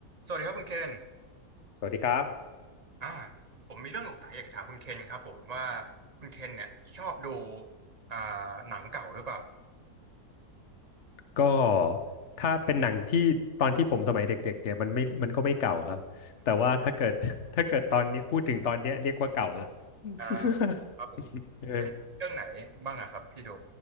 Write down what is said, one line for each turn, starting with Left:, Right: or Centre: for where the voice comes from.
Right: สวัสดีครับคุณเคน
Left: สวัสดีครับ
Right: อ่าผมมีเรื่องสงสัยอยากจะถามคุณเคนครับผมว่าคุณเคนเนี่ยชอบดูอ่าหนังเก่าหรือเปล่า
Left: ก็ถ้าเป็นหนังที่ตอนที่ผมสมัยเด็กๆเนี่ยมันไม่มันก็ไม่เก่าครับแต่ว่าถ้าเกิด <laughs> ถ้าเกิดตอนเนี้ยพูดถึงตอนเนี้ยเรียกว่าเก่าละ <laughs>
Right: อ่าครับผม
Left: เออ
Right: เอ๊ะเรื่องไหนบ้างอะครับที่ดู